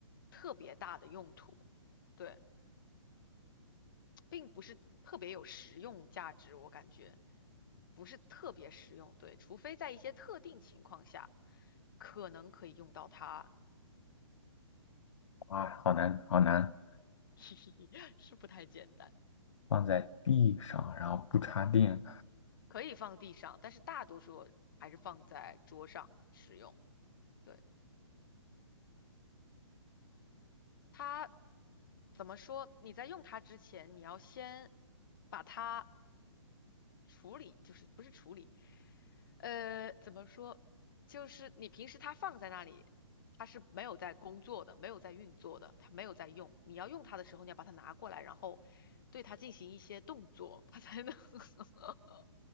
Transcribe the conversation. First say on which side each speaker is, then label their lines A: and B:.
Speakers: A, on the left; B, on the left.
A: 特别大的用途，对，并不是特别有实用价值，我感觉不是特别实用，对，除非在一些特定情况下，可能可以用到它。
B: 哇，好难，好难，
A: <laughs> 是不太简单，
B: 放在地上，然后不插电，
A: 可以放地上，但是大多数还是放在桌上使用。对，它怎么说？你在用它之前，你要先把它处理，就是不是处理，呃，怎么说？就是你平时它放在那里，它是没有在工作的，没有在运作的，它没有在用。你要用它的时候，你要把它拿过来，然后对它进行一些动作，它才能 <laughs>